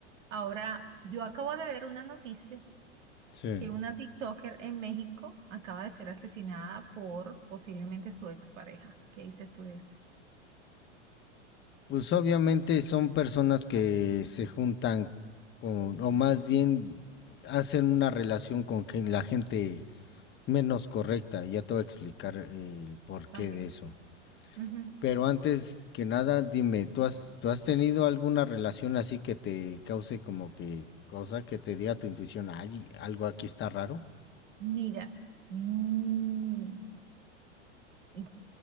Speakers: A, on the right (about 80°); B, on the left (about 30°).
A: Ahora, yo acabo de ver una noticia
B: Sí.
A: que una TikToker en México acaba de ser asesinada por posiblemente su expareja. ¿Qué dices tú de eso?
B: Pues obviamente son personas que se juntan con, o más bien hacen una relación con gen- la gente menos correcta. Ya te voy a explicar el porqué
A: Ok.
B: de eso.
A: Ujú.
B: Pero antes que nada, dime, ¿tú has, tú has tenido alguna relación así que te cause como que cosa que te diga tu intuición, ay, algo aquí está raro?
A: Mira, mm, <laughs>